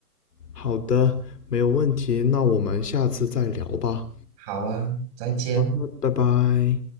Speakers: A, on the left (about 80°); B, on the right (about 25°).
A: 好的，没有问题。那我们下次再聊吧。
B: 好啊，再见。
A: 好的，拜拜。